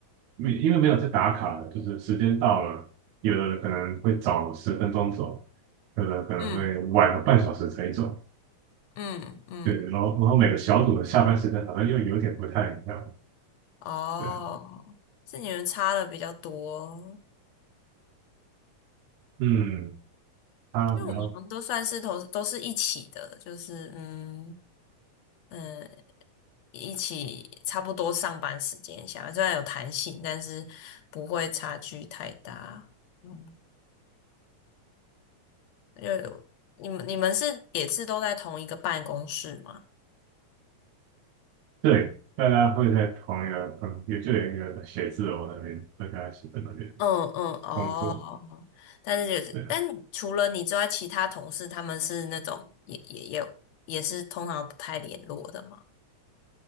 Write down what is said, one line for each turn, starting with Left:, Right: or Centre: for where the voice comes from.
Right: 没因为没有在打卡的就是时间到了，有的人可能会早十分钟走，有的可能会晚个半小时才走。
Left: 嗯嗯嗯，
Right: 对，然后然后每个小组的下班时间好像又有点不太一样。
Left: 哦，
Right: 对啊
Left: 是你们差的比较多，
Right: 嗯，他比较
Left: 因为我们好像都算是同都是一起的，就是嗯嗯，一起差不多上班时间下，虽然有弹性，但是不会差距太大。嗯。呃，你们你们是也是都在同一个办公室吗？
Right: 对，大家会在同一个嗯，也就有一个写字楼那边，大家一起在那边
Left: 嗯嗯哦，
Right: 工作。
Left: 但是也是，
Right: 对啊
Left: 但除了你之外，其他同事他们是那种也也也也是通常不太联络的嘛。